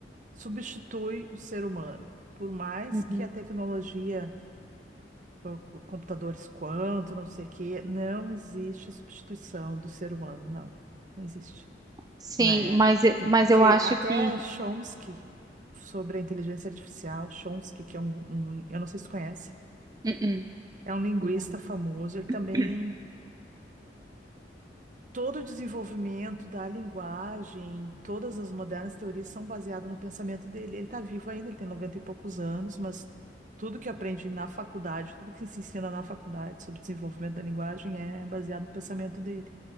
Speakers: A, on the right; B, on the right.
A: substitui o ser humano. Por mais
B: Uhum.
A: que a tecnologia, o- o computadores quanto, não sei o quê, não existe substituição do ser humano, não, não existe,
B: Sim,
A: né?
B: mas,
A: Tu-
B: mas
A: Porque
B: eu acho
A: até
B: que.
A: Chomsky, sobre a inteligência artificial, Chomsky, que é um, um- eu não sei se tu conhece,
B: Uh-uh.
A: é um linguista
B: Não.
A: famoso, ele também
B: <clears throat>
A: todo o desenvolvimento da linguagem, todas as modernas teorias são baseadas no pensamento dele. Ele está vivo ainda, ele tem 90 e poucos anos, mas tudo que aprende na faculdade, tudo que se ensina na faculdade sobre desenvolvimento da linguagem é baseado no pensamento dele.